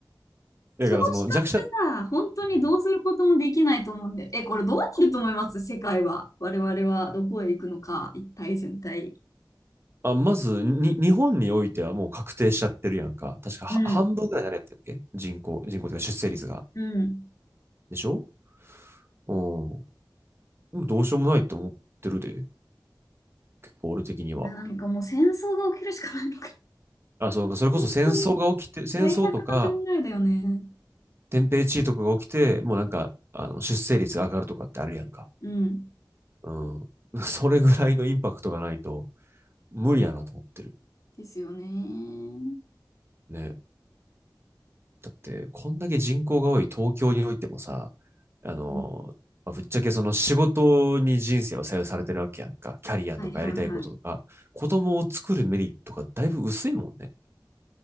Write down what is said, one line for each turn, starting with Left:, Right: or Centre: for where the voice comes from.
Right: だからその弱者、
Left: 少子化ってさ、本当にどうすることもできないと思うんで。
Right: うん
Left: え、これどうなると思います世界は。我々はどこへ行くのか、一体全体。
Right: あ、まず、に、日本においてはもう確定しちゃってるやんか。確かは半分ぐらい誰やったっけ人口、
Left: うん。
Right: 人口というか出生率が。
Left: うん。
Right: でしょうん。でもどうしようもないと思ってるで。結構俺的には。
Left: なんかもう戦争が起きるしかないのか。
Right: あ、そう、それこそ戦争が起きて、
Left: 本当に最悪な考えだよね。
Right: 戦争とか、天平地位とかが起きて、もうなんか、あの、出生率が上がるとかってあるやんか。
Left: うん。
Right: うん。<laughs> それぐらいのインパクトがないと、無理やなと思ってる。
Left: ですよね。
Right: ね。だって、こんだけ人口が多い東京においてもさ、あの、
Left: うん
Right: ぶっちゃけその仕事に人生を左右されてるわけやんか。キャリアとかやりたいこととか、
Left: はいはいはい。
Right: 子供を作るメリットがだいぶ薄いもんね。